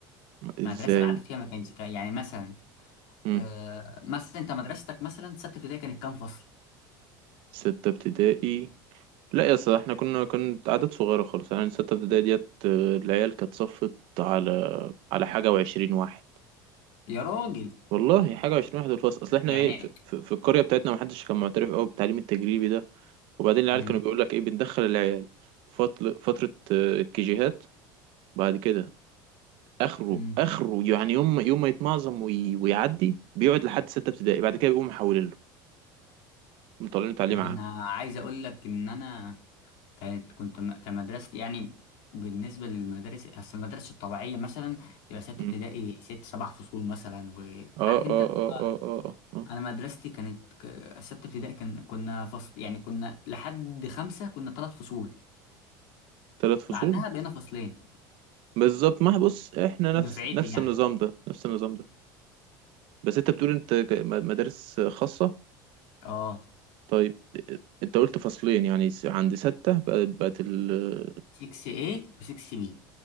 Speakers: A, on the right; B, on the left.
A: ازاي
B: مدرسه العدد فيها ما كانش كان- يعني مثلا
A: مم.
B: آه، مثلا انت مدرستك مثلا سته ابتدائي كانت كام فصل
A: ستة ابتدائي لا يا اسطى احنا كنا كنت عدد صغيرة خالص يعني ستة ابتدائي ديت آه، العيال كانت صفت على على حاجة وعشرين واحد
B: يا راجل
A: والله حاجة وعشرين واحد في الفصل اصل احنا
B: يعني
A: ايه في, في, في القرية بتاعتنا محدش كان معترف قوي بالتعليم التجريبي ده وبعدين العيال
B: مم،
A: كانوا بيقول لك ايه بندخل العيال فترة فترة آه، الكيجيهات بعد كده اخره
B: مم.
A: اخره يعني يوم ما- يوم ما يتمعظم وي- ويعدي بيقعد لحد ستة ابتدائي بعد كده بيقوموا محولين له مطلعين تعليم
B: ده
A: عام
B: انا عايز اقول لك ان انا كانت كنت م- كمدرستي يعني بالنسبة للمدارس أصل المدارس الطبيعية مثلا تبقى ستة
A: مم.
B: ابتدائي ست سبع فصول مثلا وعارف
A: اه
B: أنت
A: اه
B: اللي
A: اه
B: هو
A: اه اه آه.
B: أنا مدرستي كانت ك- ستة ابتدائي كان كنا فصل يعني كنا لحد خمسة كنا ثلاث فصول
A: ثلاث فصول
B: بعدها بقينا فصلين
A: بالظبط ما بص احنا نفس
B: دفعتي
A: نفس
B: يعني
A: النظام ده نفس النظام ده بس انت بتقول انت ك- م- مدارس خاصة
B: اه
A: طيب انت قلت فصلين يعني س- عند ستة بقت بقت ال
B: 6A و 6B